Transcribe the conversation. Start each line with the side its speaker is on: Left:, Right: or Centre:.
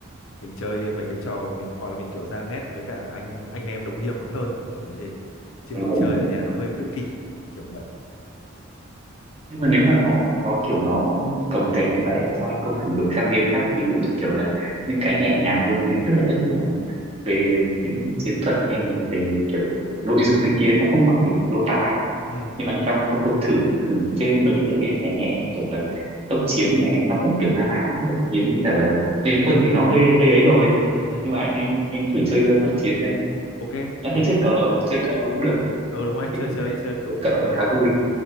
Left: mình chơi mấy cái trò mình hoặc là mình kiểu ra net với cả anh anh em đồng nghiệp còn hơn kiểu như thế chứ
Right: dạ
Left: mình
Right: vâng
Left: chơi ở nhà nó hơi tự kỷ kiểu vậy
Right: nhưng mà nếu mà nó nó kiểu nó cồng kềnh như vậy ấy, sao anh không thử đổi sang game khác ví dụ như kiểu là những cái nhẹ nhàng hơn này tức là tất nhiên là một- về tính chiến thuật hay là về kiểu nội dung này kia nó không bằng được Dota ấy
Left: ừ
Right: nhưng mà anh sao không không thử thử chơi mấy cái tựa game nhẹ nhẹ như kiểu là tốc chiến này nó cũng kiểu na ná tốc chiến với cả là liên quân thì nó hơi hơi ấy rồi
Left: ừ ừ
Right: nhưng mà anh hay anh thử chơi uh, tốc chiến xem
Left: ok
Right: anh
Left: thế
Right: thấy chơi
Left: thì
Right: cờ chơi cờ cũng được
Left: ừ đúng rồi
Right: Anh chơi
Left: chơi chơi chơi kiểu cái
Right: cờ
Left: cờ
Right: khá vui